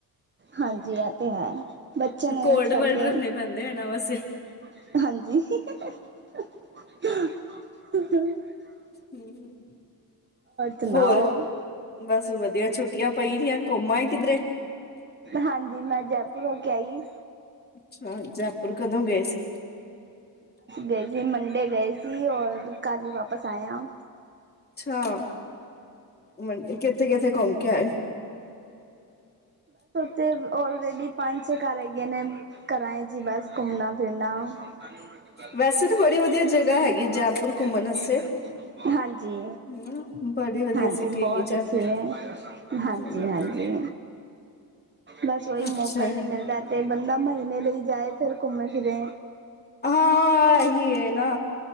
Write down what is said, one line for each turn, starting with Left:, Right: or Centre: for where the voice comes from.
Right: ਹਾਂਜੀ ਇਹ ਤੇ ਹੈ ਬੱਚੇ ਨੇ
Left: ਕੋਡ
Right: ਇਸ ਕਰਕੇ
Left: ਵਰਡ ਰੱਖਣੇ ਪੈਂਦੇ ਹੈ ਇਨਾ ਵੈਸੇ
Right: ਹਾਂਜੀ ਹਾ ਹਾ
Left: ਹਮ
Right: ਸੁਣਾਓ
Left: ਹੋਰ ਬਸ ਵਧੀਆ ਛੁੱਟੀਆਂ ਪੈਗੀਆਂ ਘੁੰਮਾਂ ਕਿਧਰੇ
Right: ਹਾਂਜੀ ਮੈਂ ਜੈਪੁਰ ਹੋ ਕੇ ਆਈ
Left: ਅੱਛਾ ਜੈਪੁਰ ਕਦੋਂ ਗਏ ਸੀ
Right: ਗਏ ਸੀ ਮੰਡੇ ਗਏ ਸੀ ਔਰ ਕੱਲ੍ਹ ਹੀ ਵਾਪਸ ਆਆ
Left: ਹਾਂ ਮੰ ਕਿੱਥੇ, ਕਿੱਥੇ ਘੁੰਮ ਕੇ ਆਏ
Right: ਅਤੇ ਔਲਰੇਡੀ ਪੰਜ ਛੇ ਘਰ ਹੈਗੇ ਨੇ ਘਰਾਂ ਹੈ ਜੀ ਬਸ ਘੁੰਮਣਾ <unintelligible>
Left: ਵੈਸੇ ਤਾਂ ਬੜੀ ਵਧੀਆ ਜਗ੍ਹਾ ਹੈਗੀ ਜੈਪੁਰ ਘੁੰਮਣ ਵਾਸਤੇ
Right: ਹਾਂਜੀ
Left: ਹਨਾ, ਬੜੀ ਵਧੀਆ
Right: ਹਾਂਜੀ
Left: ਸਿਟੀ
Right: ਬਹੁਤ
Left: ਹੈਗੀ ਜੈਪੁਰ
Right: ਅੱਛੇ ਹੈ ਹਾਂਜੀ,
Left: ਹਮ
Right: ਹਾਂਜੀ ਬਸ ਉਹੀ ਮੌਕਾ
Left: ਅੱਛਾ
Right: ਹੀ ਨਹੀਂੀ ਮਿਲਦਾ ਤੇ ਬੰਦਾ ਮ ਘੇ ਲਈ ਜਾਏ ਫਿਰ ਘੁੰਮੇ ਫਿਰੇ
Left: ਹਾਂ ਇਹੀ ਨਾ